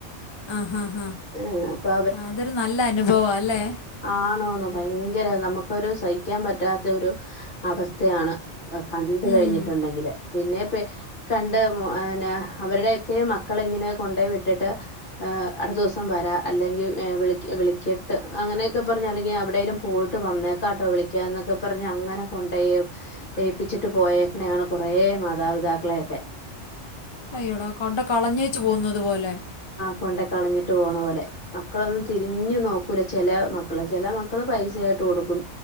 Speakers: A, on the left; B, on the left.
A: ആഹ് ഹാ ഹാ
B: ഏഹ് അപ്പൊ
A: അതൊരു നല്ല അനുഭവ അല്ലേ
B: ആണോന്നൊ ഭയങ്കര നമുക്കൊരു സഹിക്കാൻ പറ്റാത്ത ഒരു അവസ്ഥയാണ് കണ്ട്
A: ഉം.
B: കഴിഞ്ഞിട്ടുണ്ടെങ്കില് പിന്നെ കണ്ട് ഇഹ് അവരുടെയൊക്കെ മക്കള ഇങ്ങനെ കൊണ്ടോ വിട്ടിട്ട് അടുത്ത ദിവസം വരാ അല്ലെങ്കിൽ വിളി വിളിക്ട്ട് അങ്ങനെയൊക്കെ പറഞ് അല്ലെങ്കി എവിടെേലും പോയിട്ട് വന്നേക്കാ ട്ടോ വിളിക്കാന്നൊക്കെ പറഞ്ഞഞ് അങ്ങനെ കൊണ്ടോയ് ഏയിപ്പിച്ചിട്ട് പോയേക്കണെയാണ് കുറേ മാതാപിതാക്കളെയൊക്കെ
A: അയ്യോടാ കൊണ്ടോയ് കളഞ്ഞേച് പോകുന്നത് പോലെ
B: കൊണ്ണ്ടേ കളഞ്ഞിട്ട് പോകണ പോലെ മക്കളൊന്നും തിരിഞ്ഞു നോക്കൂല ചെല മക്കള് ചെല മക്കള് പൈസ ആായിട്ട് ട്ട് കൊടുക്കും